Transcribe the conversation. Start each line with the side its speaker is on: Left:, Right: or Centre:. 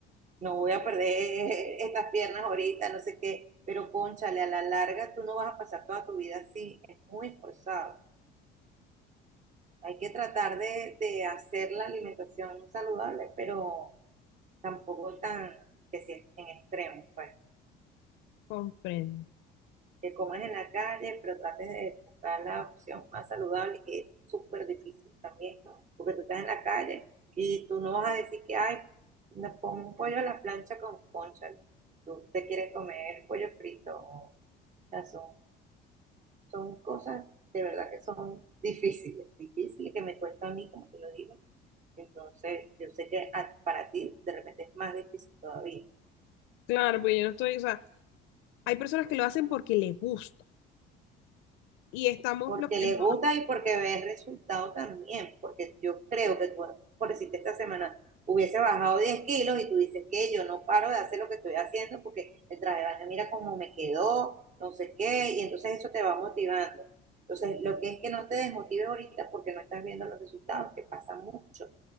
Right: no voy a perder <laughs> estas piernas ahorita, no sé qué, pero cónchale a la larga tú no vas a pasar toda tu vida así, es muy forzado Hay que tratar de, de hacer la alimentación saludable, pero tampoco tan que si en extremo, pues.
Left: Comprendo.
Right: que comas en la calle, pero trates de buscar la opción más saludable, que es súper difícil también, porque tú estás en la calle y tú no vas a decir que, ay, me pongo un pollo a la plancha con concha, tú te quieres comer pollo frito, o sea, son, son cosas de verdad que son difíciles, difíciles que me cuesta a mí, como te lo digo. Entonces, yo sé que a- para ti de repente es más difícil todavía.
Left: Claro, pues yo no estoy, o sea, hay personas que lo hacen porque les gusta y estamos
Right: porque
Left: los que
Right: le
Left: no.
Right: gusta y porque ve el resultado también, porque yo creo que tú, por decirte esta semana, hubiese bajado 10 kilos y tú dices que yo no paro de hacer lo que estoy haciendo porque el traje de baño mira cómo me quedó, no sé qué, y entonces eso te va motivando. Entonces, lo que es que no te desmotives ahorita porque no estás viendo los resultados, que pasa mucho,